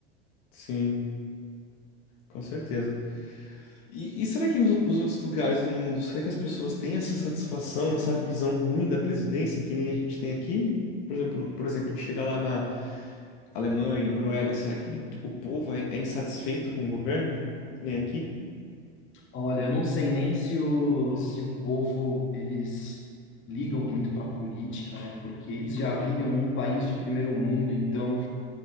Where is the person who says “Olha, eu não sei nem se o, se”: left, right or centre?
Left